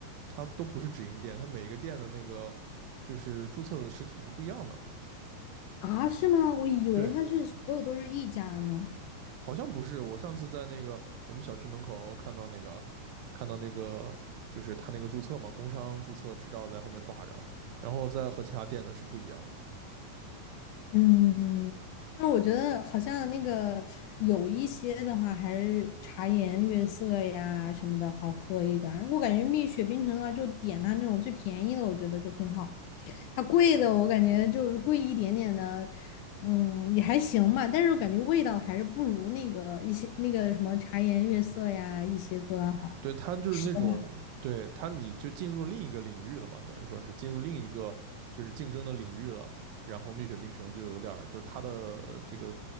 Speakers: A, on the right; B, on the left.
A: 它都不是直营店，它每一个店的那个就是注册的实体是不一样的。
B: 啊，是吗？我以为他是所有都是一家呢。
A: 对，好像不是。我上次在那个我们小区门口看到那个，看到那个就是他那个注册嘛，工商注册执照在后面挂着，然后在和其他店的是不一样的。
B: 嗯，但是我觉得好像那个有一些的话，还是茶颜悦色呀什么的好喝一点儿。我感觉蜜雪冰城的话，就点它那种最便宜的，我觉得就很好。它贵的我感觉就贵一点点的，嗯，也还行吧。但是我感觉味道还是不如那个一些那个什么茶颜悦色呀一些做的好。
A: 对他就是那种，
B: 是的吧？
A: 对他你就进入另一个领域了嘛，等于说是进入另一个就是竞争的领域了。然后蜜雪冰城就有点儿，就是它的这个